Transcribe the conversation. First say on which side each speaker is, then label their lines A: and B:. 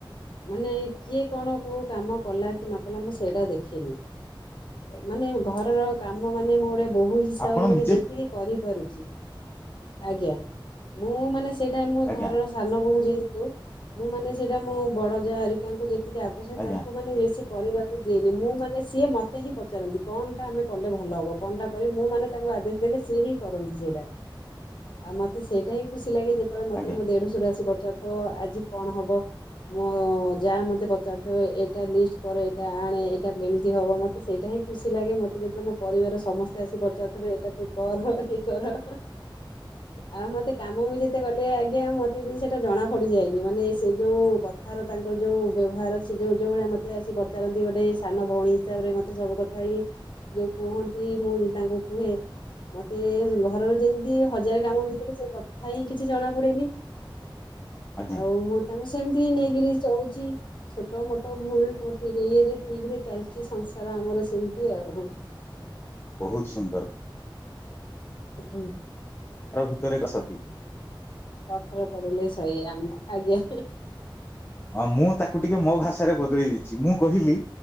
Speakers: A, on the left; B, on the left.
A: ମାନେ କିଏ କଣ କୋଉ କାମ କଲା କି ନ କଲା ମୁଁ ସେଇଟା ଦେଖିନି। ମାନେ ଘରର କାମ ମାନେ ମୁଁ ଗୋଟେ ବୋହୂ ହିସାବରେ
B: ଆପଣ
A: ମାନେ
B: ନିଜେ
A: ଯେତିକି କରିପାରୁଛି ଆଜ୍ଞା ମୁଁ ମାନେ ସେଇଟା ମୁଁ
B: ଆଜ୍ଞା
A: ଘରର ସାନ ବୋହୂ ଯେହେତୁ ମୁଁ ମାନେ ସେଇଟା ମୋ ବଡ ଯା ହାରିକାଙ୍କୁ ଯେ ଟିକେ ଆବଶ୍ୟକ
B: ଆଜ୍ଞା
A: ତାଙ୍କୁ ମାନେ ବେଶୀ କରିବାକୁ ଦିଏନି ମୁଁ ମାନେ ସିଏ ମତେ ହିଁ ପଚାରନ୍ତି କଣ ଟା ଆମେ କଲେ ଭଲ ହବ କଣଟା କରି ମୁଁ ମାନେ ତାଙ୍କୁ ଆଦେଶ ଦେଲେ ସିଏ ହିଁ କରନ୍ତି ସେଇଟା।
B: <inaudible>
A: ଆଉ ମତେ ସେଇଟା ହିଁ ଖୁସି ଲାଗେ ଯେତେବେଳେ ମତେ
B: ଆଜ୍ଞା
A: ମୁଁ ଦେଢ଼ଶୁୁର ଆସି ପଚାରୁଥିବ ଆଜି କଣ ହବ? ମୁଁ ଯାଆ ମତେ ପଚାରୁଥିବ ଏଇଟା ଲିଷ୍ଟ କରେ ଏଇଟା ଆଣେ ଏଇଟା କେମିତି ହବ ମ ତେ ସେଇଟା ହିଁ ଖୁସି ଲାଗେ ମତେ ଯେତେବେଳେ ପରିବାର ସମସ୍ତେ ଆସି ପଚାରୁଥିବେ ଏଇଟା ତୁ କର ଇଏ କର। ଆଉ ମତେ କାମ ବି ଯେତେ କଲେ ଆଜ୍ଞା ମତେ ବି ସେଟା ଜଣା ପଡିଯାଏନି ମାନେ ସେ ଯୋଉ କଥାର ତାଙ୍କର ଯୋଉ ବ୍ୟବହାର ସେ ଯୋଉ ଯୋଉ ଭଳିଆ ମତେ ଆସି ପଚାରନ୍ତି ଗୋଟେ ସାନ ଭଉଣୀ ହିସାବରେ ମତେ ସବୁ ଭାଇ ଯୋଉ କୁହନ୍ତି ମୁଁ ତାଙ୍କୁ କୁହେ ମତେ ଘରର ଯେମିତି ହଜାରେ କାମ ଭିତରେ ସେ କଥା ହିଁ କିଛି ଜଣା ପଡେନି।
B: ଆଜ୍ଞା
A: ଆଉ ମୁଁ ତାଙ୍କୁ ସେମିତି ନେଇକିରି ଚଳୁଛି। ଛୋଟ ମୋଟ ଭୁଲ କୋଉଠିକ ଇଏରେ ଠିକ୍ ରେ ଚାଲିଛି ସଂସାର ଆମର ସେମିତି ଆଉ। ହଁ। <inaudible>
B: ବହୁତ ସୁନ୍ଦର।
A: ହୁଁ।
B: ଘର ଭିତରେ ଏକ ସାହି
A: ପଥର ପଡ଼ିଲେ ସହି ଆମେ ଆଜ୍ଞା
B: ହଁ ମୁଁ ତାକୁ ଟିକେ ମୋ ଭାଷାରେ ବଦଳେଇ ଦେଇଛି ମୁଁ କହିଲି